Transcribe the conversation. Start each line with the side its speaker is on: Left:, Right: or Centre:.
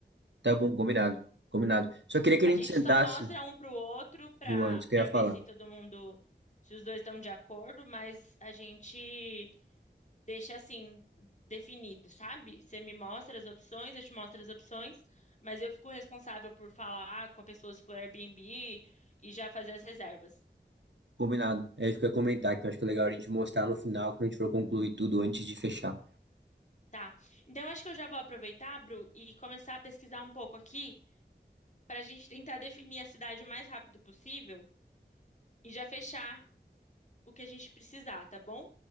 Right: Tá bom, combinado. Combinado. Só queria que
Left: A
Right: a gente
Left: gente
Right: sentasse,
Left: só mostra um pro outro para
Right: Luan, isso que
Left: para
Right: eu ia falar.
Left: ver se todo mundo, se os dois estão de acordo, mas a gente deixa assim definido, sabe? Você me mostra as opções, eu te mostro as opções, mas eu fico responsável por falar com a pessoa se for Airbnb e já fazer as reservas.
Right: Combinado. É isso que eu ia comentar, que eu acho que é legal a gente mostrar no final, quando a gente for concluir tudo antes de fechar.
Left: Tá. Então acho que eu já vou aproveitar, Bru, e começar a pesquisar um pouco aqui para a gente tentar definir a cidade o mais rápido possível e já fechar o que a gente precisar, tá bom?